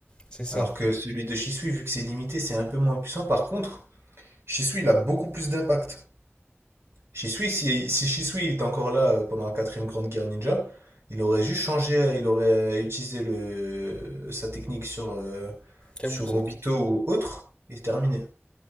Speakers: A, on the left; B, on the right.
A: c'est ça,
B: Alors que celui de Shisui vu que c'est limité c'est un peu moins puissant. Par contre Shisui il a beaucoup plus d'impact. Shisui, si, si Shisui il était encore là euh, pendant la quatrième grande guerre ninja, il aurait juste changé, il aurait utilisé le, sa technique sur, euh, sur
A: Kabuto?
B: Obito ou autre, et terminé.